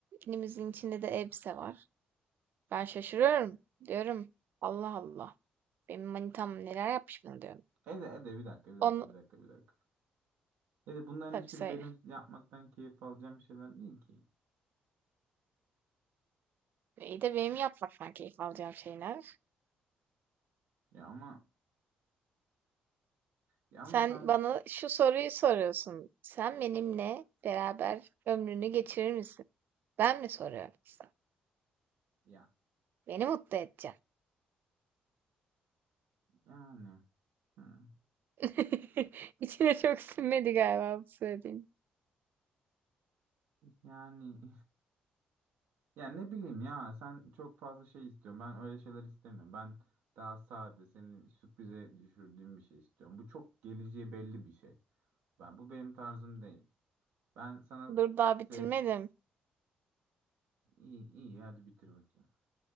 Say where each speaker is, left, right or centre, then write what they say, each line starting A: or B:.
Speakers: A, on the right; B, on the right.
A: Limuzin içinde de elbise var. Ben şaşırıyorum. Diyorum Allah Allah. Benim manitam neler yapmış bana diyorum.
B: Ede ede bir dakika bir dakika
A: Onu
B: bir dakika bir dakika. Ede bunların
A: tabii
B: hiçbiri
A: söyle.
B: benim yapmaktan keyif alacağım şeyler değil ki.
A: İyi de benim yapmaktan keyif alacağım şeyler.
B: Ya ama ya ama
A: Sen
B: sen
A: bana şu soruyu soruyorsun. Sen benimle beraber ömrünü geçirir misin? Ben mi soruyorum sana?
B: ya
A: Beni mutlu edeceksin.
B: yani hı.
A: <laughs> İçine çok sinmedi galiba bu söylediğin.
B: yani <laughs> Yani ne bileyim ya sen çok fazla şey istiyorsun. Ben öyle şeyler istemiyorum. Ben daha sade senin sürprize düşürdüğüm bir şey istiyorum. Bu çok geleceği belli bir şey. Ben bu benim tarzım değil. Ben sana
A: Dur daha
B: sev
A: bitirmedim.
B: iyi iyi hadi bitir bakayım.